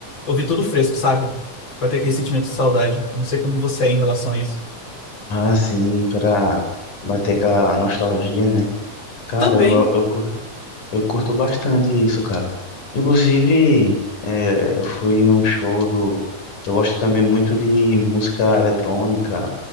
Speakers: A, on the left (about 40°); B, on the left (about 75°).
A: ouvir tudo fresco, sabe? Vai ter aquele sentimento de saudade. Eu não sei como você é em relação a isso.
B: Ah, sim, pra bater aquela nostalgia, né? Cara,
A: Também.
B: eu, eu, cur- eu curto bastante isso, cara. Inclusive, é, eu fui num show do. Eu gosto também muito de música eletrônica,